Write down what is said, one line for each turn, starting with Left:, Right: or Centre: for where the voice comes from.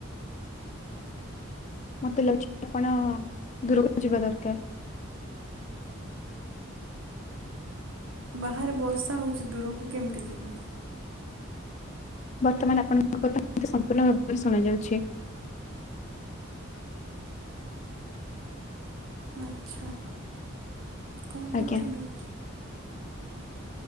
Left: ମତେ ଲାଗୁଚି ଆପଣ ଦୂରକୁ ଯିବା ଦରକାର।
Right: ବାହାରେ ବର୍ଷା ହଉଚି ଦୂରକୁ କେମିତି ଯିବି?
Left: ବର୍ତ୍ତମାନ ଆପଣଙ <unintelligible> କଥା ମତେ ସମ୍ପୂର୍ଣ୍ଣ ଭାବରେ ଶୁଣାଯାଉଛି।
Right: ଆଛା କଣ
Left: ଆଜ୍ଞା
Right: କରୁଥିଲୁ?